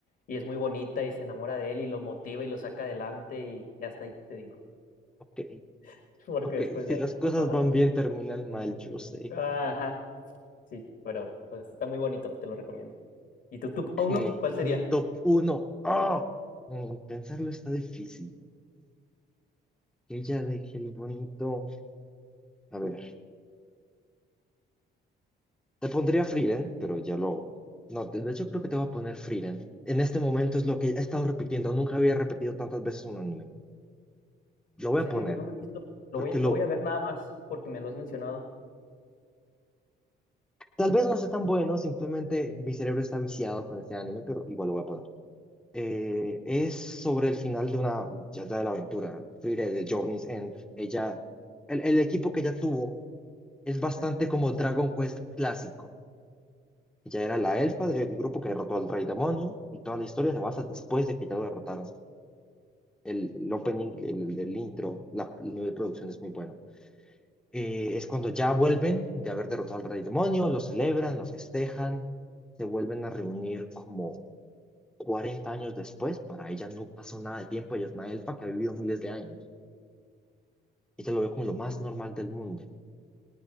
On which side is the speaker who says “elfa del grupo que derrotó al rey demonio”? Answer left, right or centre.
Centre